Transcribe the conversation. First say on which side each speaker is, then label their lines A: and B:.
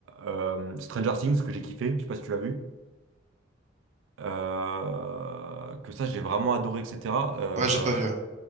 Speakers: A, on the right; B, on the right.
A: euh, euh, Stranger Things, que j'ai kiffé. Je sais pas si tu l'as vu. Euh, que ça, j'ai vraiment adoré, etc. Euh,
B: Ouais, j'ai pas vu, ouais.